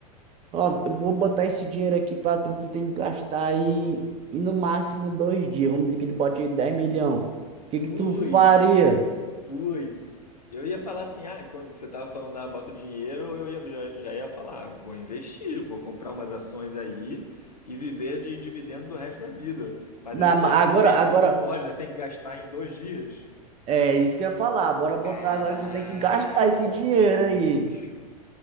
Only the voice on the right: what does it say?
Ó, eu vou botar esse dinheiro aqui pra tu, tu tem que gastar aí e no máximo dois dias. Vamos dizer que ele bote aí 10 milhões. O que
que tu faria?
Na,
ma-
agora,
agora,
é isso que eu ia falar. Bora botar
agora que tu tem que gastar esse dinheiro
aí.